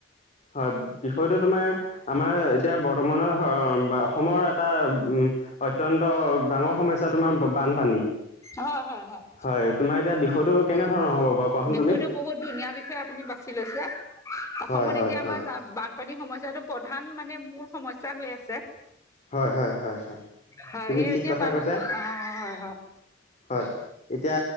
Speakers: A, on the left; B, on the left.
A: হয় বিষয়টো তোমাৰ আমাৰ এতিয়া বৰ্তমানৰ বা অসমৰ এটা উম, অত্যন্ত ডাঙৰ সমস্যা তোমাৰ বানপানী।
B: হয়-হয়-হয়।
A: হয় তোমাৰ এতিয়া বিষয়টো কেনেধৰণৰ হ'ব বাৰু? কোৱাচোন
B: বিষয়টো
A: তুমি?
B: বহুত ধুনীয়া বিষয়ে আপুনি বাছি লৈছে অসমত
A: হয় হয়
B: এতিয়া আমাৰ
A: হয়
B: বানপানী সমস্যাটো প্ৰধান মানে মূল সমস্যা হৈ আছে।
A: হয় হয় হয় হয়
B: হয়
A: তুমি
B: সেই
A: ঠিক
B: এতিয়া
A: কথা
B: বানপ
A: কৈছা
B: অ, হয়-হয়।
A: হয় এতিয়া